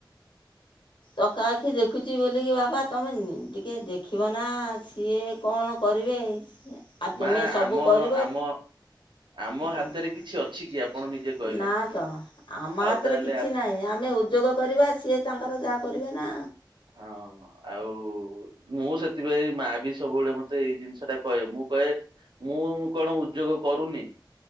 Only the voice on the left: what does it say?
ଚକା ଆଖି ଦେଖୁଛି ବୋଲିକି ବାପ ତମେ ଟିକେ ଦେଖିବ ନା ସିଏ କଣ କରିବେ। ଆଉ ତୁମେ
ସବୁ
କରିବ
ହୁଁ
ନା ତ ଆମ
ହତରେ
କିଛି
ନାହିଁ ଆମେ ଉଦ୍ୟୋଗ କରିବା ସିଏ ତାଙ୍କର ଯାହା କରିବେ ନା।